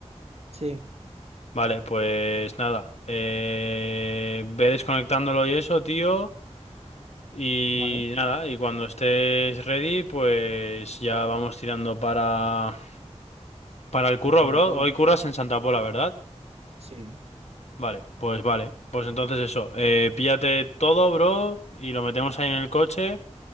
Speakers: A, on the right; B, on the left.
A: Sí,
B: Vale, pues nada. eh, ve desconectándolo y eso, tío. Y
A: vale.
B: nada, y cuando estés ready, pues ya vamos tirando para, para el
A: Para
B: curro,
A: Santa
B: bro.
A: Pola.
B: Hoy curras en Santa Pola, ¿verdad?
A: Sí.
B: Vale, pues vale. Pues entonces eso, eh, píllate todo, bro, y lo metemos ahí en el coche.